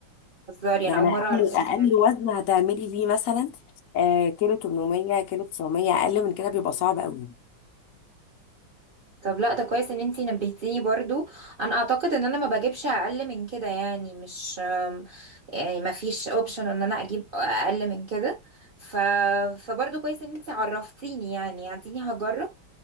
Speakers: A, on the right (about 60°); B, on the left (about 60°).
A: هزاري
B: يعني
A: انا اول مره
B: اقل
A: اعرف
B: ماشي
A: الكلام
B: اقل وزن هتعملي بيه مثلا آه كيلو 800 كيلو 900 اقل من كده بيبقى صعب قوي
A: طب لا ده كويس ان انتي نبهتيني برضو انا اعتقد ان انا ما بجيبش اقل من كده يعني مش آم، يعني ما فيش اوبشن ان انا اجيب اقل من كده ف فبرضو كويس ان انتي عرفتيني يعني اديني هجرب